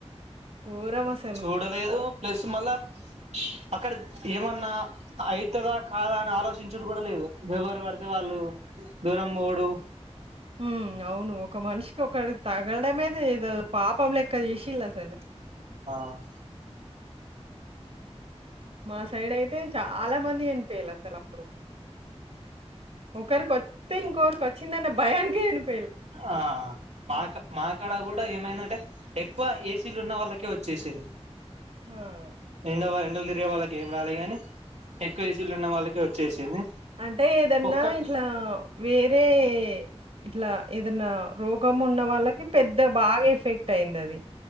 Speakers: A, on the right; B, on the right.
A: ఘోరమసలు.
B: చూడలేదు ప్లస్ మళ అక్కడ ఏమన్నా అవుతుందా కాదా అని ఆలోచించుడు కూడా లేదు ఎవరు పడితే వాళ్ళు దూరం పోడు
A: ఉ అవును ఒక మనిషికి ఒకడికి తగలడమే ది ఏదో పాపం లెక్క చేసిల్లో అసలు
B: బ
A: మా సైడ్ అయితే చాలా మంది చనిపోయిలు అసలు అప్పుడు ఒకరికిొస్తే ఇంకొరికి వచ్చిందన్న భయానికే చ
B: ఆ మాక మాక్కడ కూడా ఏమైందంటే ఎక్కువ ఏసీలు ఉన్న వాళ్ళకే వచ్చేసింది
A: ఆ!
B: నిన్నవా ండలు తిరిగే వాళ్ళకి ఏం రాలే గాని ఎక్కువ ఏసీలు ఉన్న వాళ్ళకే వచ్చేసింది
A: అంటే ఏదన్నా
B: ఒక్కటి
A: ఇట్లా వేరే ఇట్లా ఏదనా రోగం ఉన్న వాళ్ళకి పెద్ద బాగా ఎఫెక్ట్ అయింది అది